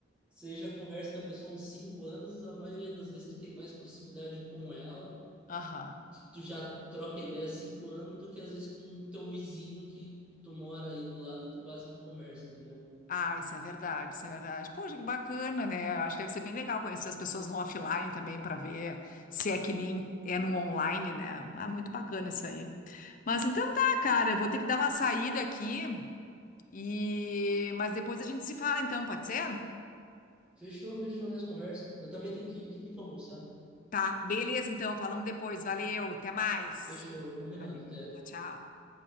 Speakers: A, in the centre; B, on the left.
A: Você já conversa com a pessoa há uns cinco anos, a maioria das vezes tu tem mais proximidade com ela,
B: Aham.
A: de- tu já troca ideia há cinco anos do que às vezes com o teu vizinho que tu mora aí do lado e tu quase não conversa, entendeu?
B: Ah, isso é verdade, isso é verdade. Poxa, que bacana, né? Eu Acho que deve ser bem legal conhecer as pessoas no offline também para ver se é que nem é no online, né? Ah, muito bacana isso aí. Mas então tá, cara, eu vou ter que dar uma saída aqui e mas depois a gente se fala então, pode ser?
A: Fechou, fechou, nós conversa. Eu também tenho que ir, que tem que almoçar.
B: Tá, beleza então, falamos depois. Valeu, até mais.
A: Fechou, combinado,
B: Valeu,
A: até.
B: tchau, tchau.